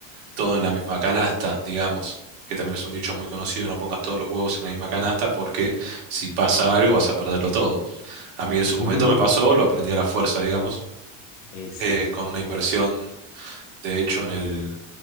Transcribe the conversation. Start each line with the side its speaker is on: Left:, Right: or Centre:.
Right: todo en la misma canasta, digamos, que también es un dicho muy conocido, no pongas todos los huevos en la misma canasta porque si pasa algo vas a perderlo todo. A mí en
Left: <laughs>
Right: su momento me pasó, lo aprendí a la fuerza, digamos,
Left: Y sí,
Right: eh,
Left: sí,
Right: con una
Left: es
Right: inversión,
Left: verdad.
Right: de hecho, en el,